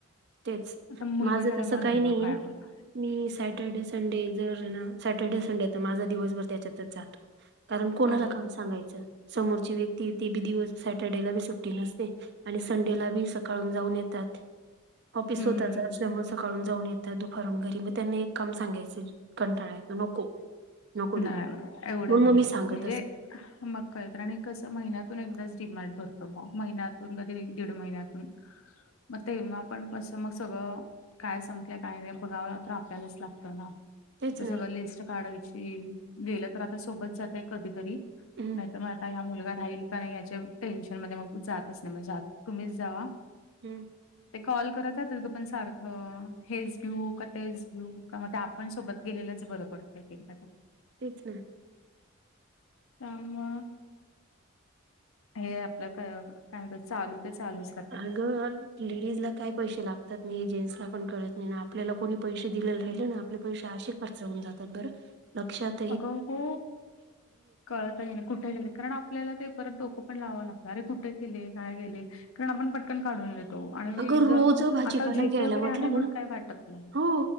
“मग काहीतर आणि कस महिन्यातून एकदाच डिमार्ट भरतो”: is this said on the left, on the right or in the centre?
Left